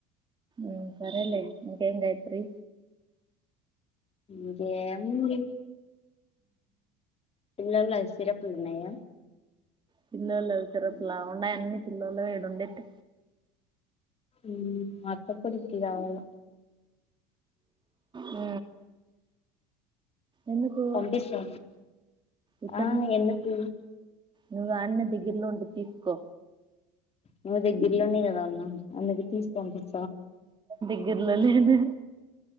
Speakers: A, on the right (about 25°); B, on the left (about 35°).
A: ఉ సరేలే ఇంకేం గాయత్రీ
B: ఉ ఎం లే పిల్లొల్లవి సిరప్పులున్నాయ
A: పిల్లొల్లవి సిరప్పుల ఉండాయి అన్ని పిల్లొలవే <unintelligible> రొండేట్టు
B: ఊ అక్క కొడుకు కావాల
A: ఊ ఎందుకు
B: పంపిస్తా
A: ఇక్కడి
B: ఆ
A: నుంచి
B: ఎందుకు
A: నువ్వు అన్నే దగ్గరలో ఉంటే తీసుకో
B: నువ్వు దగ్గిర్లోనే కదా ఉన్నావ్ అందుకు తీసి పంపిస్
A: దగ్గిర్లో లేదు